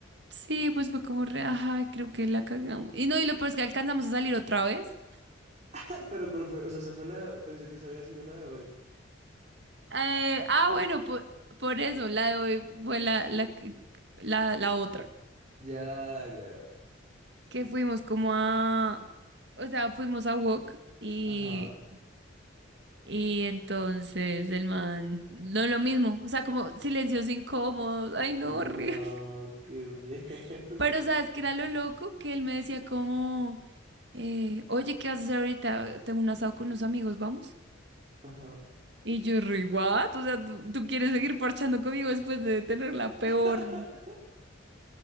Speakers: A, on the right (about 60°); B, on the right (about 35°).
A: Sí, pues fue como re, ajá, creo que la cagamos. Y no, y lo peor es que alcanzamos a salir otra vez.
B: <laughs> Pero ¿cuál fue? O sea, esa fue la de... Pensé que esa había sido la de hoy.
A: Eh, ah, bueno, po- por, eso, la de hoy fue la, la, que- la, la otra.
B: Ya, ya.
A: Que fuimos como a, o sea, fuimos a Wok y
B: Ajá.
A: Y entonces el man, no lo mismo, o sea, como silencios incómodos, ay no,
B: No,
A: horrible.
B: qué mierda.
A: <laughs> Pero sabes que era lo loco que él me decía como, eh, oye, ¿qué vas a hacer ahorita? Tengo un asado con unos amigos, vamos.
B: Ajá.
A: Y yo, re, what? O sea, ¿tú, tú quieres seguir parchando conmigo después de tener la peor,
B: <laughs>